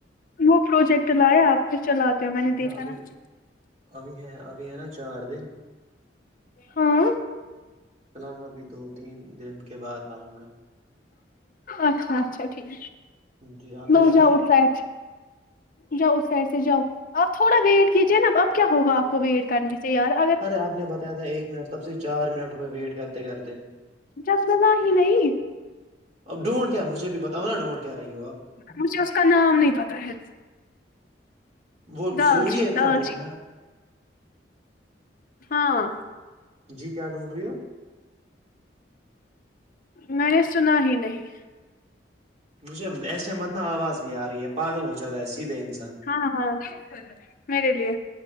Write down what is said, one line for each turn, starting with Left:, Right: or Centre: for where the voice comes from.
Left: وہ پروجیکٹ لایا آپ چلاتے ہو میں نے دیکھا
Right: نہ ابھی
Left: نا
Right: ابھی ہے ابھی ہے نا چار دن
Left: ہاں
Right: فی الحال ابھی دو تین دن کے بعد لاؤں گا
Left: اچھا اچھا ٹھیک
Right: جی آپ
Left: بہ
Right: نے لایا
Left: جاؤٹتاا جا اس سائڈ سے جاؤ آپ تھوڑا ویٹ کیجیے نا اب کیا ہوگا آپ کو ویٹ کرنے سے یارا
Right: ارے آپ نے بتایا تھا ایک منٹ تب سے چار منٹ ہوئے ویٹ کرتے کرتے
Left: کیا سنا ہے نہیں
Right: اب ڈونڈ کیا مجے بھی پتاؤ ہو نا ڈونڈ کیا رہی ہو آپ
Left: مجھے اس کا نام نہیں پتا ہے
Right: وہ
Left: دال
Right: ضروری
Left: چین
Right: ہے اتنا
Left: دال
Right: ڈھونڈنا
Left: چین ہاں
Right: جی کیا ڈھونڈ رہی ہو
Left: میں نے سنا ہی نہیں
Right: مجھے ایسے متنا آواز بھی آ رہی ہے پاگل ہو جات رہا ہے سیدھے انسان
Left: ہاں ہاں میرے لی